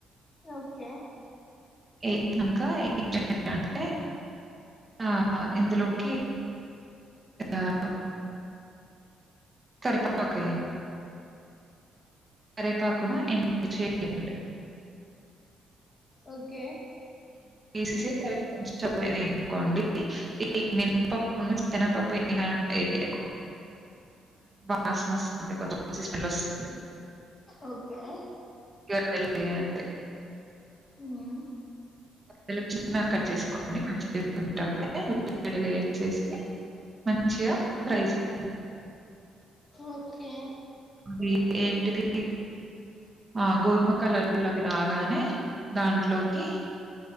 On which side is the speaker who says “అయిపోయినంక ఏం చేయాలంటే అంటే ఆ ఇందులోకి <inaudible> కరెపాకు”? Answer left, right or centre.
Right